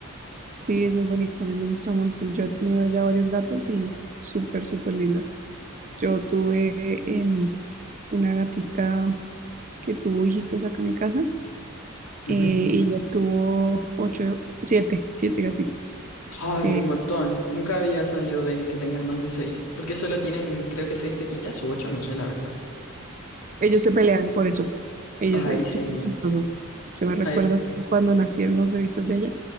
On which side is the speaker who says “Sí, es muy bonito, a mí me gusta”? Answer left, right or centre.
Right